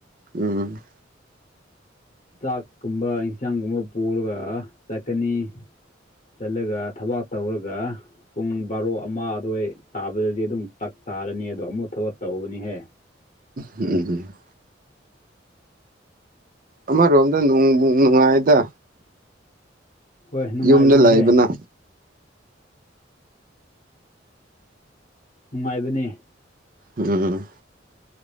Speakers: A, on the right; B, on the left.
A: ꯎꯝ
B: ꯆꯥꯛꯀꯨꯝꯕ ꯏꯟꯁꯥꯡꯒꯨꯝꯕ ꯄꯨꯔꯒ ꯆꯠꯀꯅꯤ ꯆꯠꯂꯒ ꯊꯕꯥꯛ ꯇꯧꯔꯒ ꯄꯨꯡ ꯕꯥꯔꯣ ꯑꯃ ꯑꯗꯨꯋꯥꯏ ꯇꯥꯕꯗꯗꯤ ꯑꯗꯨꯝ ꯆꯥꯛ ꯆꯥꯔꯅꯤ ꯑꯗꯣ ꯑꯃꯨꯛ ꯊꯕꯛ ꯇꯧꯒꯅꯤꯍꯦ
A: ꯎꯝ ꯑꯃꯔꯣꯝꯗ ꯅꯨꯡꯕꯨ ꯅꯨꯡꯉꯥꯏꯗ
B: ꯍꯣꯏ ꯅꯨꯡꯉꯥꯏꯕꯅꯤꯍꯦ
A: ꯌꯨꯝꯗ ꯂꯩꯕꯅ
B: ꯅꯨꯡꯉꯥꯏꯕꯅꯦ
A: ꯎꯝ